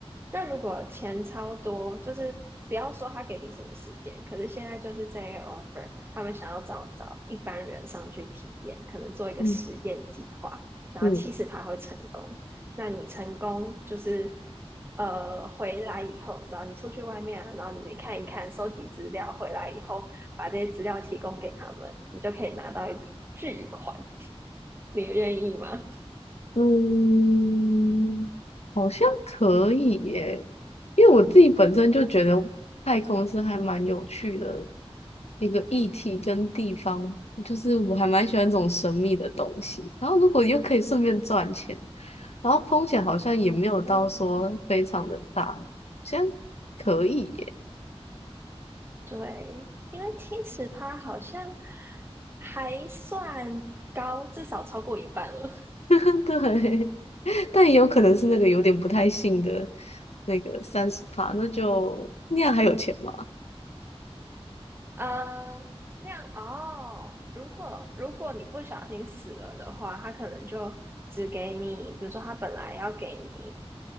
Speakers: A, on the right; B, on the left.
A: 那如果钱超多，就是不要说他给你什么时间，可是现在就是这个 offer，他们想要找找一般人上去体验，可能做一个实验计划，
B: 嗯
A: 然后其实他会成功，
B: 嗯。
A: 那你成功就是呃回来以后，然后你出去外面啊，然后你看一看，收集资料，回来以后把这些资料提供给他们，你就可以拿到一笔巨款，你愿意吗？
B: 嗯，好像可以耶，因为我自己本身就觉得太空是还蛮有趣的一个议题跟地方，就是我还蛮喜欢这种神秘的东西。然后如果又可以顺便赚钱，然后风险好像也没有到说非常的大，
A: <laughs>
B: 好像可以耶。
A: 对，因为七十趴好像还算高，至少超过一半了。
B: <laughs> 对，但也有可能是那个有点不太信的
A: 对，
B: 那个三十趴，那就那样还有钱吗？
A: 呃，那样哦。如果如果你不小心死了的话，他可能就只给你，比如说他本来要给你